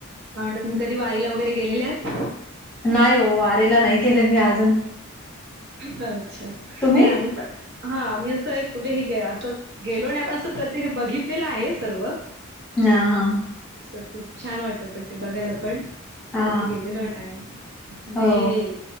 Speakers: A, on the right; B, in the centre.
A: म्हणता? तुम्ही कधी वारीला वगैरे गेलेलात?
B: नाही हो, वारीला नाही गेलो मी अजून
A: अच्छा, नाही
B: तुम्ही?
A: आम्ही पण. हा, मी असं एक कुठेही असं गेलो नाही पण असं प्रतक्ष बघितलेलं आहे सर्व.
B: ह हा.
A: असं खूप छान वाटत, पण ते बघायला पण.
B: हा
A: कधी गेलेलो नाही,, नाही.
B: हो